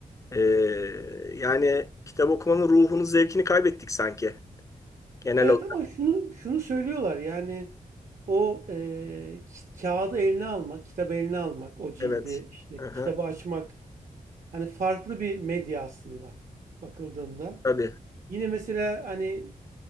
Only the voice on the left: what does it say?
Ee, yani kitap okumanın ruhunu, zevkini kaybettik sanki. Genel
olarak.
Evet.
hı
Tabii.